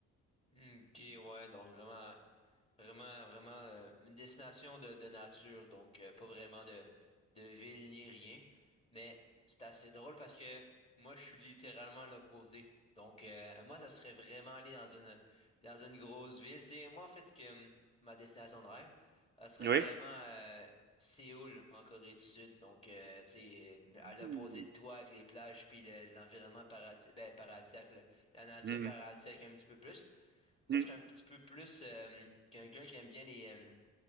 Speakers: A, on the left; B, on the right.
A: Ok, ouais, donc vraiment. Vraiment, vraiment euh, une destination de, de nature, donc euh, pas vraiment de, de ville ni rien. Mais c'est assez drôle parce que moi, je suis littéralement l'opposé. Donc, euh, moi, ça serait vraiment aller dans une, dans une grosse ville. Tu sais, moi, en fait, ce que, hum, ma destination de rêve, ça serait
B: Oui.
A: vraiment euh, Séoul, en Corée du Sud. Donc, euh, tu sais, euh, à
B: Mmh,
A: l'opposé de toi, avec les plages, puis le- l'environnement paradis, ben, paradisiaque, là, la nature
B: mmh, mmh,
A: paradisiaque un petit peu plus. Moi,
B: oui.
A: je suis un petit peu plus euh, quelqu'un qui aime bien les, euh,